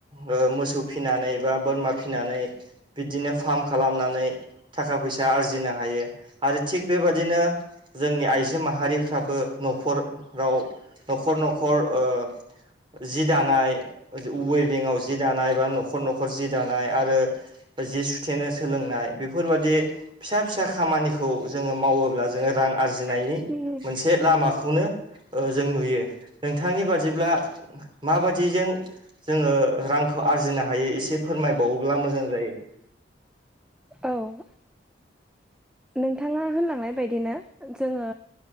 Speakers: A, on the right; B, in the centre.
A: ओ मोसौ फिनानै बा बोरमा फिनानै बिदिनो फार्म खालामनानै थाखा फैसा आरजिनो हायो। आरो थिग बेबादिनो जोंनि आइजो माहारिफ्राबो न'खराव न'खर न'खर ओ जि दानाय वेबिंआव जि दानाय बा न'खर न'खर जि दानाय आरो जि सुथेनो सोलोंनाय बेफोरबादि फिसा फिसा खामानिखौ जोङो मावोब्ला जोङो रां आरजिनाय
B: <unintelligible> <inaudible>
A: बे लामाखौनो ओ जों नुयो नोंथांनि बादिब्ला माबादिजों जोङो रांखौ आरजिनो हायो एसे फोरमायबावोब्ला मोजां जायो?
B: औ नोंथाङा होनलांनाय बायदिनो जोङो